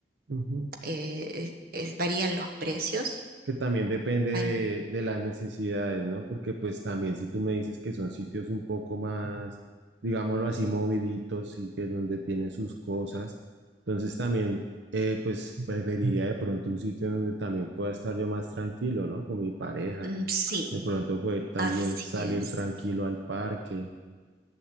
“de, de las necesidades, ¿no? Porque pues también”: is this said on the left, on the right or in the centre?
Right